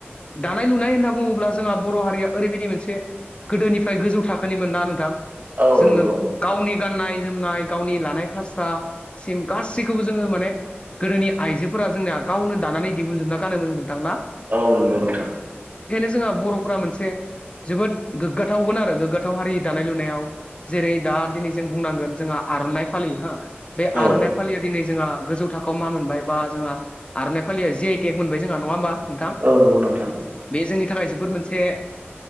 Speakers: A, on the left; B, on the right.
A: दानाय लुनाय होनना बुङोब्ला जोंहा बर' हारिया ओरैबायदि मोनसे‌ गोदोनिफ्राय गोजौ थाखोनिमोन ना नोंथां
B: औ
A: जोङो
B: नंगौ
A: गावनि गाननाय जोमनाय गावनि लानाय फास्रासिम गासैखौबो जोङो माने गोदोनि आइजोफोरा जोंनाया गावनो दानानै दिहुनजोबना गानोमोन नोंथांना
B: औ नंगौ नोंथां
A: जोंहा बर'फोरा मोनसे जोबोद गोग्गाथावगोन आरो गोग्गाथाव हारि दानाय लुनायाव जेरै दा दिनै जों बुंनांगोन जोंहा आर'नाइ फालि हो बे
B: औ
A: आर'नाइ फालिया दिनै जोंहा गोजौ थाखोआव मा मोनबाय बा जोंहा आरो नेखाालि ज आइ क मोनबाय जोंहा नङा होमबा नोंथां
B: औ नंगौ नोंथां
A: बे जोंनि नि थाखाय जोबोद मोनसे